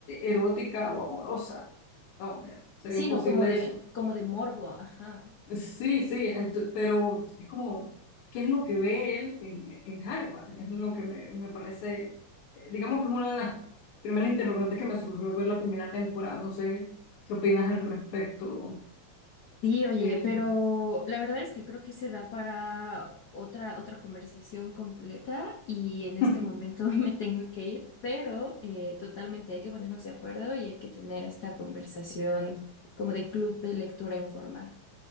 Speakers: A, on the left (about 80°); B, on the left (about 55°).
A: erótica o amorosa. No, eh, sería
B: Sí,
A: imposible
B: no, como de,
A: eso.
B: como de morbo, ajá.
A: Sí, sí, ent- pero es como, ¿qué es lo que ve él en, en Hannibal? Es lo que me, me parece, eh, digamos que es una de las primeras interrogantes que me surgió al ver la primera temporada. No sé qué opinas al respecto.
B: Sí, oye,
A: Eh,
B: pero la verdad es que creo que se da para otra, otra conversación completa y en este
A: <laughs>
B: momento <laughs> me tengo que ir, pero eh, totalmente hay que ponernos de acuerdo y hay que tener esta conversación como de club de lectura informal.